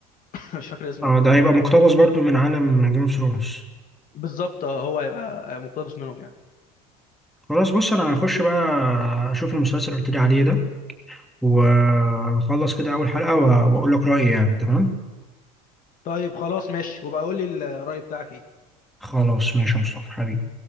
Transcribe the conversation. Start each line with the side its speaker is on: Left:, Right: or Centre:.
Left: <laughs> مش فاكر اسمها
Centre: اه ده هيبقى مقتبس برضو من عالم جيم اوف ثرونز
Left: بالظبط آه، هو هيبقى مقتبس منهم يعني
Centre: خلاص بص انا هخش بقى اشوف المسلسل اللي قلت لي عليه ده واخلص كده اول حلقه و- واقول لك رايي يعني تمام
Left: طيب خلاص ماشي وبقى قول لي الرأي بتاعك ايه
Centre: خلاص ماشي يا مصطفى حبيبي